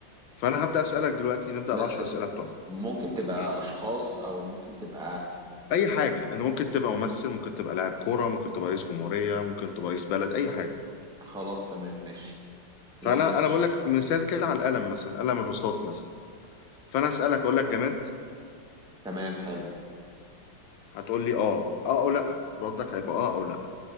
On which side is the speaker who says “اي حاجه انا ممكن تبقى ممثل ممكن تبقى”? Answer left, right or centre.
Left